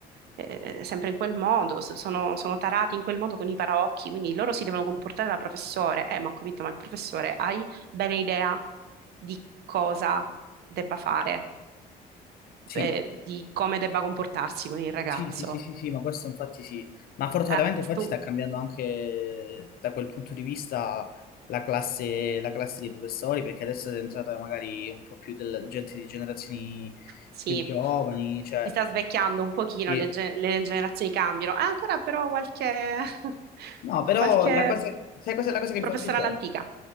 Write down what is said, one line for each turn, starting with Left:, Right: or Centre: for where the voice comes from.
Right: eh, sempre in quel modo, s- sono, sono tarati in quel modo con i paraocchi, quindi loro si devono comportare da professore. Eh, ma ho capito, ma il professore hai bene idea di cosa debba fare,
Left: Sì,
Right: eh, di come debba comportarsi con il ragazzo?
Left: sì, sì, sì, sì, sì, ma questo infatti sì. Ma fortunatamente
Right: Eh,
Left: infatti
Right: tu
Left: sta cambiando anche da quel punto di vista la classe, la classe dei professori, perché adesso è entrata magari un po' più della gente di generazioni
Right: Sì,
Left: più giovani, cioè...
Right: si sta svecchiando un pochino,
Left: sì.
Right: le, ge- le generazioni cambiano. Ha ancora però qualche, <laughs>
Left: No, però
Right: qualche
Left: la cosa, sai cos'è la cosa che
Right: professore
Left: mi fa piacere?
Right: all'antica.